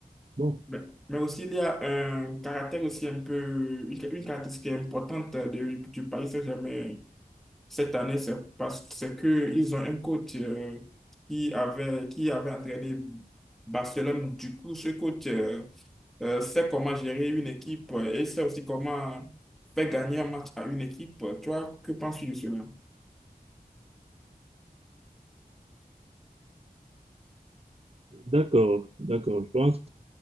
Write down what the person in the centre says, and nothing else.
mais, mais aussi, il y a un caractère aussi un peu, une, une caractéristique importante de- du Paris Saint-Germain cette année, c'est parce c'est que ils ont un coach euh, qui avait, qui avait entraîné Barcelone. Du coup, ce coach euh, euh, sait comment gérer une équipe euh, et sait aussi comment faire gagner un match à une équipe. Toi, que penses-tu de cela?